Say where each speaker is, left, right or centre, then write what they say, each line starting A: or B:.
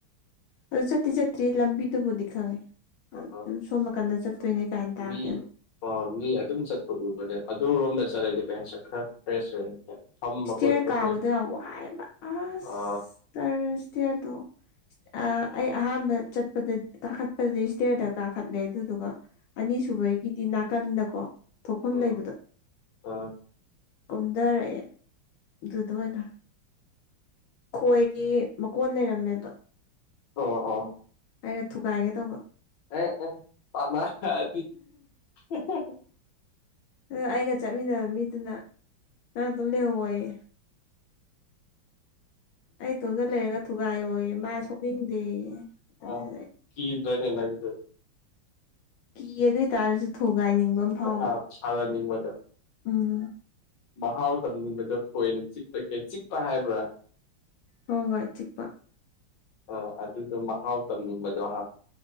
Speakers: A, on the left; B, on the left.
A: ꯑꯗꯨ ꯆꯠꯇꯤ ꯆꯠꯇꯔꯤ ꯂꯝꯕꯤ ꯇꯨꯕꯨꯗꯤ ꯈꯪꯉꯦ ꯑꯗꯨ
B: ꯑ ꯑ
A: ꯁꯣꯝ ꯅꯀꯟꯗ ꯆꯠꯇꯣꯏꯅꯦ ꯀꯥꯏꯅ ꯇꯥꯛꯑꯦꯕ
B: ꯃꯤ ꯑꯣ ꯃꯤ ꯑꯗꯨꯝ ꯆꯠꯄ ꯎꯕꯅꯦ ꯑꯗꯨꯔꯣꯝꯗ ꯆꯠꯂꯗꯤ ꯄꯦꯁ ꯈꯔ ꯐ꯭ꯔꯦꯁ ꯑꯣꯏ ꯐꯝꯕ
A: ꯏꯁꯇꯤꯌꯔ
B: ꯈꯣꯠꯄ
A: ꯀꯥꯕꯗꯣ
B: ꯈꯣꯏ
A: ꯌꯥꯝ ꯋꯥꯏꯕ ꯑꯁ
B: ꯑ
A: ꯇꯔ ꯏꯁꯇꯤꯌꯔꯗꯣ ꯑꯥ ꯑꯩ ꯑꯍꯥꯟꯕ ꯆꯠꯄꯗꯠ ꯀꯥꯈꯠꯄꯗꯗꯤ ꯇ꯭ꯤꯔꯗ ꯀꯥꯈꯠꯂꯦ ꯑꯗꯨꯗꯨꯒ ꯑꯅꯤꯁꯨꯕꯒꯤꯗꯤ ꯅꯥꯀꯟꯗꯀꯣ ꯊꯣꯛꯐꯝ
B: ꯎꯝ
A: ꯂꯩꯕꯗꯣ
B: ꯑ
A: ꯀꯨꯝꯗꯔꯛꯑꯦ ꯑꯗꯨꯗ ꯑꯣꯏꯅ ꯈꯣꯏꯒꯤ ꯃꯀꯣꯟ ꯂꯩꯔꯝꯃꯦꯕ
B: ꯑꯣ ꯑꯣ
A: ꯑꯩꯅ ꯊꯨꯒꯥꯏꯒꯦ ꯇꯧꯕ
B: <unintelligible>
A: ꯑꯗ ꯑꯩꯒ ꯆꯠꯃꯤꯟꯅꯕ ꯃꯤꯗꯨꯅ ꯅꯪ ꯅꯇꯣꯝ ꯂꯩꯍꯧꯑꯣꯌꯦ ꯑꯩꯇꯣꯝꯇ ꯂꯩꯔꯒ ꯊꯨꯒꯥꯏꯑꯣꯌꯦ ꯃꯥ ꯁꯣꯛꯅꯤꯡꯗꯦꯌꯦ ꯑꯗꯨꯗ
B: ꯑꯥ ꯀꯤꯗ꯭ꯔꯅꯦ ꯅꯪꯗꯤ
A: ꯀꯤꯌꯦ ꯑꯗꯨ ꯑꯣꯏꯇꯥꯔꯖꯨ ꯊꯨꯒꯥꯏꯅꯤꯡꯕ ꯑꯃ ꯐꯥꯎꯕ
B: ꯑ ꯁꯥꯟꯅꯅꯤꯡꯕꯗꯣ
A: ꯎꯝ
B: ꯃꯍꯥꯎ ꯇꯝꯅꯤꯡꯕꯗꯣ ꯈꯣꯏꯅ ꯆꯤꯛꯄ ꯀꯩ ꯆꯤꯛꯄ ꯍꯥꯏꯕ꯭ꯔꯥ
A: ꯍꯣꯏ ꯍꯣꯏ ꯆꯤꯛꯄꯥ
B: ꯑꯣ ꯑꯗꯨꯗꯣ ꯃꯍꯥꯎ ꯇꯝꯅꯤꯡꯕꯗꯣ ꯍꯥ